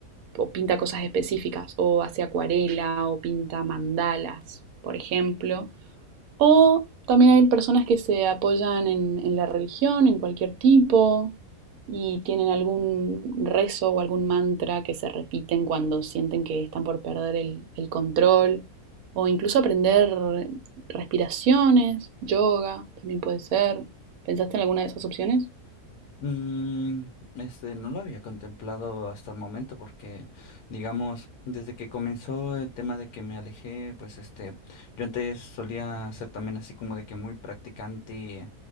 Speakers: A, on the right; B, on the left.
A: o pinta cosas específicas, o hace acuarela, o pinta mandalas, por ejemplo. O también hay personas que se apoyan en, en la religión, en cualquier tipo, y tienen algún rezo o algún mantra que se repiten cuando sienten que están por perder el, el control, o incluso aprender respiraciones, yoga, también puede ser. ¿Pensaste en alguna de esas opciones?
B: Mm, este, no lo había contemplado hasta el momento porque, digamos, desde que comenzó el tema de que me alejé, pues este, yo antes solía ser también así como de que muy practicante